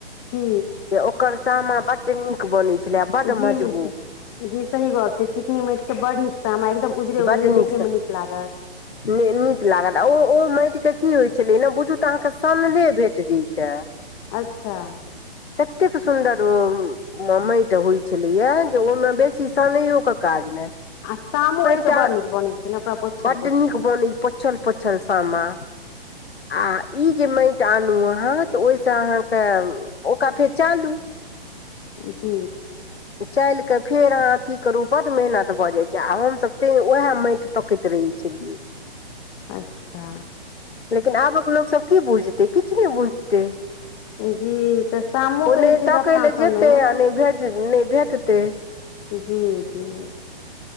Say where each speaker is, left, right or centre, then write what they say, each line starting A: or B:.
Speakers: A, on the left; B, on the left.
A: हू
B: जे ओकर सामा बड्ड नीक बनै छलै आ बड्ड
A: जी
B: मजबूत
A: जी सही गप छै चिकनी मैंट के बड़ नीक सामा एकदम उजरे
B: बड्ड
A: उजरे
B: नीक
A: देखयमे
B: सँ
A: लागत
B: नीक लागत आ ओ ओ माटिक के की होइ छलै ने बुझू तऽ अहाँके समाने भेट जैइता
A: अच्छा
B: केतेक सुन्दर ओ माटि होइ छलैय जे ओहि मे बेसी सानयो के काज नय
A: आ सामो <unintelligible>
B: बड्ड
A: बनैत छै ने ओकरा पोछल पोछल
B: नीक बोनी पोछल पोछल सामा आ ई माटि आनू अहाँ तऽ ओहिसँ अहाँके ओकरा फेर चालू
A: जी
B: चालि कऽ फेर अहाँ अथी करू बड्ड मेहनत भऽ जाइ छै आ हम सभ ते उएह माटि तकैत रहै छलियै
A: अच्छा
B: लेकिन आबक लोक सभ की बुझतै किछ नैय बुझतै
A: जी तऽ शामोके
B: ओ नय
A: जे छै
B: तकय
A: से अपना
B: लऽ
A: सबमे
B: जेतै आ नय भेज नहि भेटतै
A: जी जी